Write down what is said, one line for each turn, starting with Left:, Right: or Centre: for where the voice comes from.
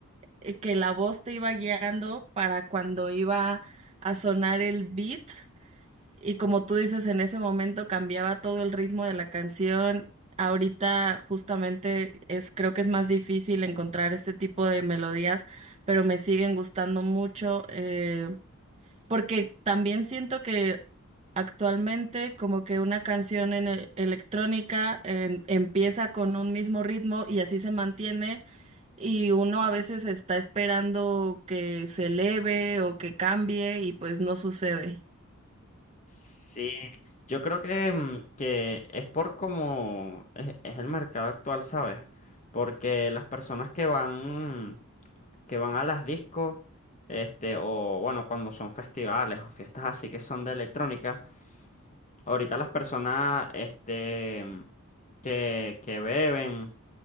Right: eh, que la voz te iba guiando para cuando iba a sonar el beat. Y como tú dices, en ese momento cambiaba todo el ritmo de la canción. Ahorita justamente es, creo que es más difícil encontrar este tipo de melodías, pero me siguen gustando mucho. Eh, porque también siento que actualmente como que una canción en el- electrónica em, empieza con un mismo ritmo y así se mantiene y uno a veces está esperando que se eleve o que cambie y pues no sucede.
Left: Sí, yo creo que, mm, que es por cómo es, es el mercado actual, ¿sabes? Porque las personas que van, que van a las discos, este, o bueno, cuando son festivales o fiestas así que son de electrónica, ahorita las personas, este, mm, que, que beben